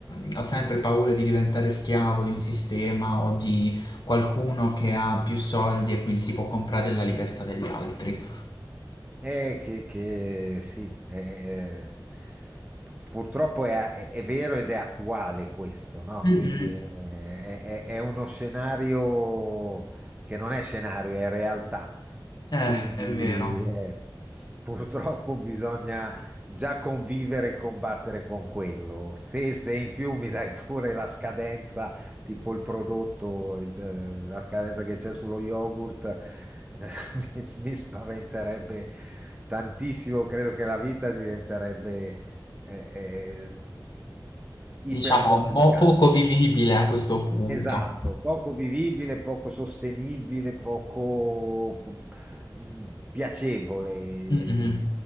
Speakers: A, on the left; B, on the right.
A: eh, ho sempre paura di diventare schiavo di un sistema o di qualcuno che ha più soldi e quindi si può comprare la libertà degli altri.
B: Eh, che, che sì, eh, p- purtroppo è, è- è vero ed è attuale questo, no?
A: Mm, mm,
B: Quindi eh, è, è- è uno scenario che non è scenario, è realtà.
A: eh,
B: Quindi
A: è vero.
B: eh, purtroppo bisogna già convivere e combattere con quello. Se, se in più mi dai pure la scadenza tipo il prodotto, il- eh, la scadenza che c'è sullo yogurt, eh, <laughs> mi, mi spaventerebbe tantissimo. Credo che la vita diventerebbe eh, eh,
A: Diciamo
B: ipercomplicata.
A: mo poco vivibile a questo punto.
B: Esatto, poco vivibile, poco sostenibile, poco po- mh, piacevole.
A: Mh-mh.